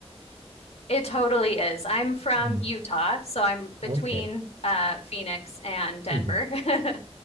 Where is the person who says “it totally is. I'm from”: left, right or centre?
Left